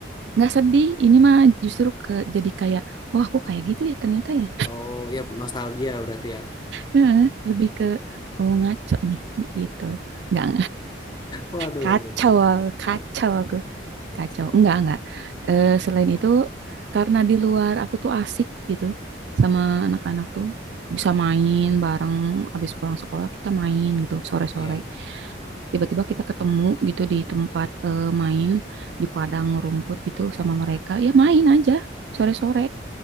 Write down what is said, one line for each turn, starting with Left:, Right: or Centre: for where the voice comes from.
Right: enggak sedih. Ini mah justru ke jadi kayak, oh aku kayak gitu ya ternyata ya.
Left: Oh ya nostalgia berarti ya.
Right: Heeh, Lebih ke oh ngaco nih gitu. Enggak
Left: Waduh,
Right: Kacau, kacau
Left: Kan,
Right: aku.
Left: kacau
Right: Kacau. Enggak,
Left: ya.
Right: enggak. Eh, selain itu, karena di luar aku tuh asik gitu sama anak-anak tuh. Bisa main bareng, habis pulang sekolah kita main gitu, sore-sore.
Left: ya.
Right: Tiba-tiba kita ketemu gitu di tempat eh, main, di padang rumput gitu sama mereka. Ya main aja, sore-sore